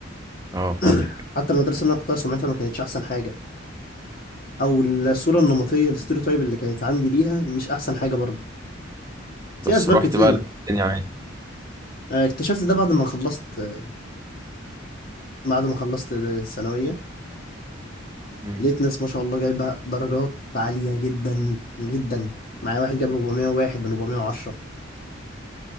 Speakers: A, on the right; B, on the left.
A: اه فاهمك
B: <clears throat> حتى المدرسه اللي انا رحتها سمعتها ما كانتش احسن حاجه او الصوره النمطيه الاستيريوتايب اللي كانت عندي ليها مش احسن حاجه برضه في
A: بس
B: اسباب
A: رحت
B: كتير
A: بقى
B: يعني
A: لقيت الدنيا عادي
B: آه، اكتشفت ده بعد ما خلصت آه، بعد ما خلصت الثانويه
A: امم
B: لقيت ناس ما شاء الله جايبه درجات عاليه جدا جدا معايا واحد جاب 401 من 410